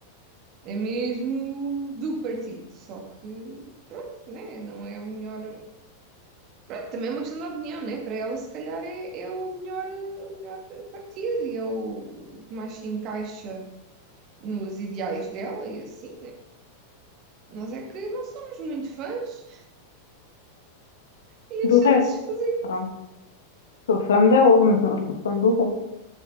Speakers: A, on the right; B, on the left.
A: É mesmo do partido, só que pronto, né? Não é o melhor. Pronto, também é uma questão de opinião, né? Para ela, se calhar, é, é o melhor, o melhor partido e é o que mais se encaixa nos ideais dela e assim, né? Nós é que não somos muito fãs e achamos
B: Do resto,
A: esquisito.
B: pronto. Sou fã dela, mas não sou fã do resto.